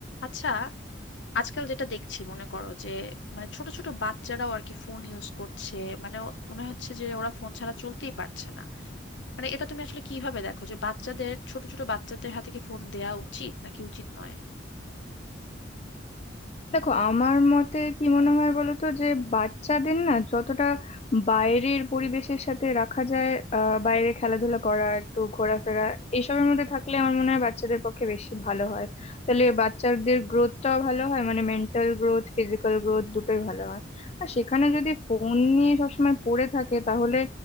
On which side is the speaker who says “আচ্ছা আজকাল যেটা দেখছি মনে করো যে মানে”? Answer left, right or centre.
Left